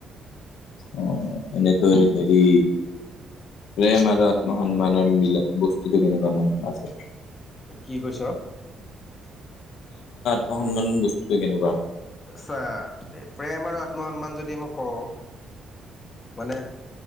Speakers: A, on the left; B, on the left.
A: অ এনেকৈ হেৰি প্ৰেম আৰু আত্মসন্মানৰ মিল বস্তুটো কেনেকুৱা মানে মাাজত
B: কি কৈছ
A: অ সন্মান মান বস্তু কেনেকুৱা
B: আচ্ছা প্ৰেম আৰু আত্ম সন্মান যদি মই কওঁ মানে